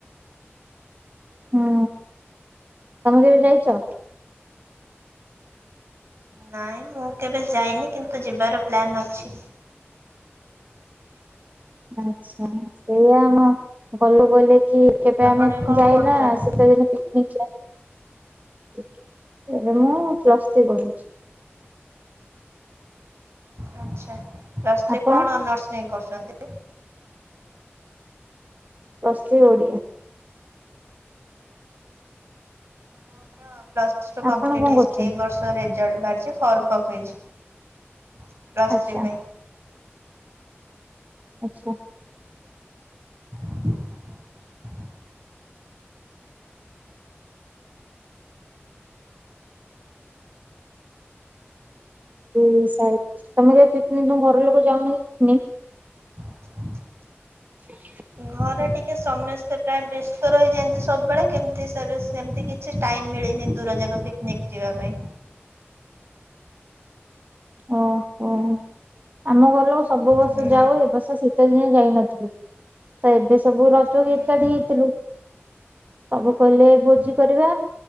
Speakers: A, on the right; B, on the right.
A: ହୁଁ ତମେ କେବେ ଯାଇଛ?
B: ନାଇଁ ମୁଁ କେବେ ଯାଇନି କିନ୍ତୁ ଯିବାର ପ୍ଲାନ୍ ଅଛି।
A: ଆଛା ସେଇଆ ଆମ ଘଲୁ କହିଲେ କି କେବେ
B: ଆପଣ
A: ଆମେ
B: ଏବେ କଣ
A: ଯାଇନା
B: ପଢୁଛନ୍ତି?
A: ଶୀତେଦିନେ ପି <unintelligible> ଏବେ ମୁଁ ପ୍ଲସ ଥ୍ରୀ କରୁଛି।
B: ଆଛା ପ୍ଲସ ଥ୍ରୀ
A: ଆପଣ
B: କଣ ଅନର୍ଶ ନେଇ କରୁଛନ୍ତି?
A: Plus three Odia.
B: ମୋର ପ୍ଲସ୍ ଟୁ କମ୍ପ୍ଲିଟ୍
A: ଆପଣ କଣ
B: ହେଇଛି
A: କରୁଛନ୍ତି?
B: ଏ ବର୍ଷ। ତ ରେଜଲ୍ଟ ବାହାରିଛି ଫର୍ମ ପକେଇଛି ପ୍ଲସ୍
A: ଆଚ୍ଛା
B: ଥ୍ରୀ ପାଇଁ।
A: ଆଚ୍ଛା।
B: <inaudible>
A: <unintelligible> ତମେ କେବେ ପିକନିକ ତମ ଘର ଲୋକ ଯାଉନା କି ପିକନିକ୍?
B: <inaudible>
A: <inaudible>
B: ଘରେ ଟିକେ ସମସ୍ତେ ପ୍ରାୟ ବ୍ୟସ୍ତ ରହିଯାନ୍ତି ସବୁବେଳେ କେମିତି ସେବେ ସେମତି କି କିଛି ଟାଇମ୍ ମିଳେନି ଦୂର ଯାଗା ପିକନିକ୍ ଯିବା ପାଇଁ।
A: ଓହୋ। ଆମ ଘର ଲୋକ ସବୁ ବର୍ଷ
B: ହୁଁ
A: ଯାଉ ଏ ବର୍ଷ ଶୀ ଶୀତ ଦିନ ଯାଇନଥିଲୁ ତ ଏବେ ସବୁ ରଜ କୁ
B: ହୁଁ
A: ଏକାଠି
B: ହୁଁ
A: ହେଇଥିଲୁ। ସବୁ କହିଲେ
B: ହୁଁ
A: ଭୋଜି କରିବା